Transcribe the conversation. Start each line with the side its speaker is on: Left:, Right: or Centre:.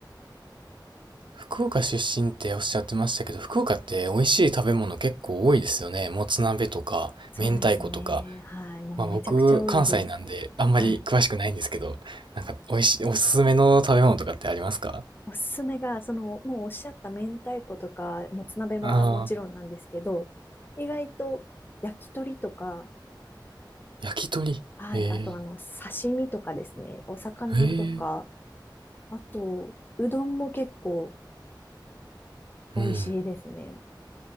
Right: 福岡出身っておっしゃってましたけど、福岡って美味しい食べ物結構多いですよね。もつ鍋とか、
Left: そうですね。
Right: 明太子とか。
Left: はい。もうめちゃくちゃ多いです。
Right: まあ僕、関西なんであんまり詳しくないんですけど、
Left: はい。
Right: なんか美味しい、おすすめの食べ物とかってありますか
Left: おすすめが、その、もうおっしゃった明太子とか、もつ鍋はもちろんなんですけど、
Right: ああー。
Left: 意外と焼き鳥とか、
Right: 焼き鳥。
Left: はい、
Right: へ
Left: あとあの、刺身とかですね、お魚とか、
Right: え。へえ。
Left: あと、うどんも結構美味しいですね。
Right: うん。